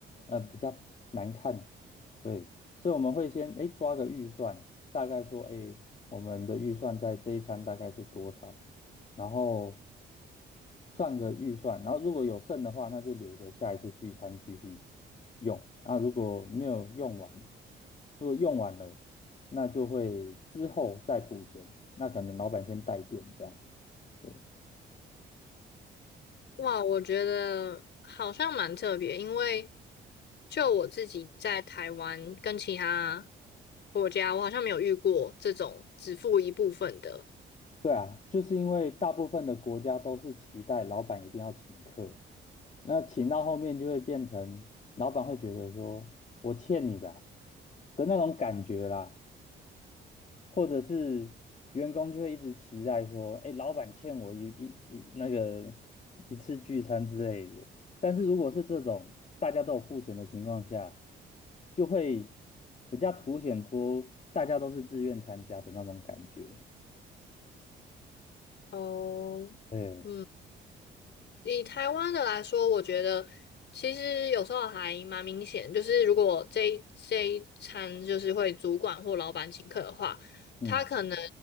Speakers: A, on the left; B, on the left.
A: 呃比较难看。对，所以我们会先哎抓个预算，大概说哎我们的预算在这一餐大概是多少，然后算个预算，然后如果有剩的话，那就留着下一次聚餐继续用。那如果没有用完，如果用完了，那就会之后再补钱。那可能老板先带电这样。对
B: 哇，我觉得好像蛮特别，因为就我自己在台湾跟其他国家，我好像没有遇过这种只付一部分的。
A: 对啊，就是因为大部分的国家都是期待老板一定要请客，那请到后面就会变成老板会觉得说我欠你的啊的那种感觉啦。或者是员工就会一直期待说，哎，老板欠我一一一那个一次聚餐之类的。但是如果是这种大家都有付钱的情况下，就会比较凸显出大家都是自愿参加的那种感觉。
B: 哦，
A: 对，
B: 嗯。以台湾的来说，我觉得其实有时候还蛮明显，就是如果这一这一餐就是会主管或老板请客的话，
A: 嗯
B: 他可能